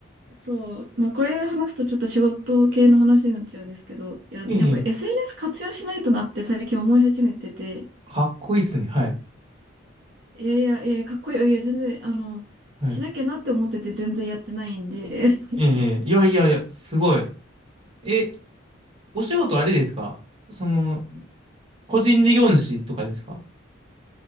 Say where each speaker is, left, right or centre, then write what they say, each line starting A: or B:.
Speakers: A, on the right; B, on the right.
A: そう、まあ、これ話すとちょっと仕事系の話になっちゃうんですけど、や、
B: ええ、
A: やっぱり SNS 活用しないとなって最近思い始めてて、
B: かっこいいですね。はい。
A: いやいや、いや、かっこいい。いや、全然、あの、
B: はい
A: しなきゃなって思ってて全然やってないんで、
B: ええ、ええいやいやいや、すごい。え、お仕事あれですかその、個人事業主とかですか